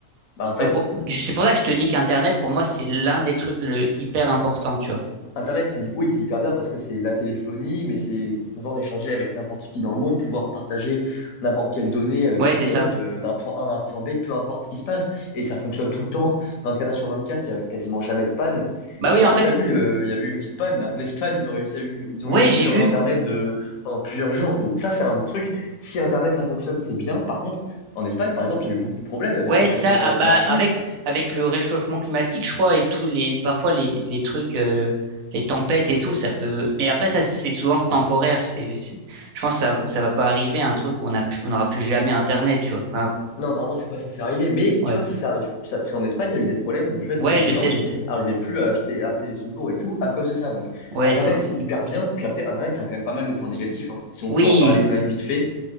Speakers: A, on the left; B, on the right.
A: Bah, en fait,
B: Donc, pour- c'est pour ça que je te dis qu'Internet, pour moi, c'est l'un des trucs le, hyper important, tu vois.
A: Internet, c'est, oui, c'est hyper bien parce que c'est la téléphonie, mais c'est pouvoir échanger avec n'importe qui dans le monde, pouvoir partager n'importe quelle donnée avec
B: Ouais,
A: tout
B: c'est
A: le
B: ça.
A: monde, euh, d'un point A à un point B, peu importe ce qui se passe. Et ça fonctionne tout le temps, 24 heures sur 24, il n'y a quasiment jamais de panne.
B: Bah
A: Bah,
B: oui,
A: je sais
B: en
A: pas
B: fait,
A: si t'as vu, euh, il y avait eu une petite panne, là. En Espagne, ils ont réussi à eu, ils
B: ouais,
A: ont eu une coupure
B: j'ai vu.
A: d'Internet de, pendant plusieurs jours. Donc ça, c'est un des trucs. Si Internet, ça fonctionne, c'est bien. Par contre, en Espagne, par exemple, il y a eu beaucoup de problèmes avec
B: Ouais,
A: le fait
B: c'est ça.
A: qu'Internet
B: Ah, bah,
A: marche
B: avec,
A: plus.
B: avec le réchauffement climatique, je crois, et tous les, parfois les, les trucs, euh, les tempêtes et tout, ça peut. Mais après, ça, c'est souvent temporaire. C'est, c'est- je pense que ça, ça va pas arriver un truc où on a, pu- on n'aura plus jamais Internet, tu vois. Enfin,
A: Non, normalement, c'est pas censé arriver. Mais
B: ouais.
A: tu vois, si ça arrive, ça, parce qu'en Espagne, il y a eu des problèmes du fait
B: Ouais,
A: que les
B: je
A: gens
B: sais, je sais.
A: arrivaient plus à acheter, à appeler les secours et tout à cause de ça. Donc,
B: Ouais,
A: Internet,
B: c'est vrai.
A: c'est hyper bien. Puis après, Internet, ça a quand même pas mal de points négatifs. hein. Si on
B: Oui.
A: peut en parler quand même vite fait,